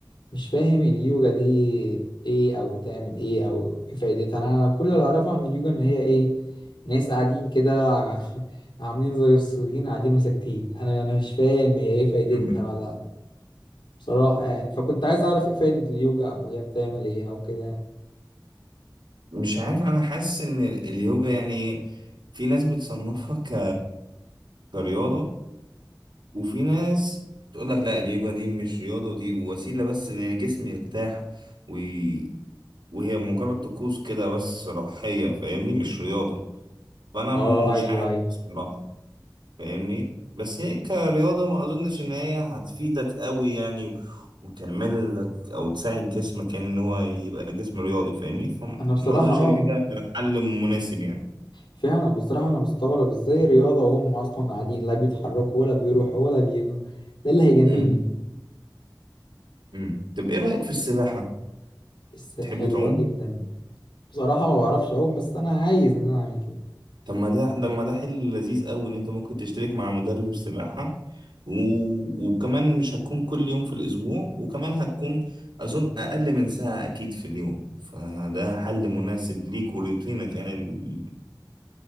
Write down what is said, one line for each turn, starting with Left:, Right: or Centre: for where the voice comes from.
Left: مش فاهم اليوجا دي ايه او بتعمل ايه او ايه فايدتها انا كل اللي اعرفه عن اليوجا ان هي ايه ناس قاعدين كده <laughs> عاملين زي السوريين قاعدين وساكتين انا انا مش فاهم هي ايه فايدتها
Right: <laughs>
Left: ولا بصراحة يعني فكنت عايز اعرف ايه فايدة اليوجا او هي بتعمل ايه او كده
Right: مش عارف انا حاسس ان ال- اليوجا يعني في ناس بتصنفها ك كرياضة وفي ناس تقول لك لا اليوجا دي مش رياضة ودي وسيلة بس ان الجسم يرتاح وي... وهي مجرد طقوس كده بس روحية فاهمني مش رياضة فانا
Left: اه
Right: م- مش
Left: ايوه
Right: عارف
Left: ايوه
Right: بصراحة فاهمني بس هي كرياضة ما اظنش ان هي هتفيدك قوي يعني و- وتعمل لك او تساعد جسمك يعني ان هو يبقى جسم رياضي فاهمني فما
Left: انا بصراحة
Right: اظنش
Left: اه
Right: ان ده حل مناسب يعني
Left: فعلا بصراحة انا مستغرب ازاي رياضة وهم اصلا قاعدين لا بيتحركوا ولا بيروحوا ولا بيجوا ده اللي هيجنني
Right: مهم. مم. طب ايه رأيك في السباحة
Left: بس حلوة
Right: تحب تعوم
Left: جدا بصراحة ما بعرفش أعوم بس أنا عايز إن أنا أعمل كده
Right: طب ما ده لما ده حل لذيذ قوي ان انت ممكن تشترك مع مدرب سباحة و... وكمان مش هتكون كل يوم في الاسبوع وكمان هتكون اظن اقل من ساعة اكيد في اليوم فده حل مناسب ليك ولروتينك يعني ال-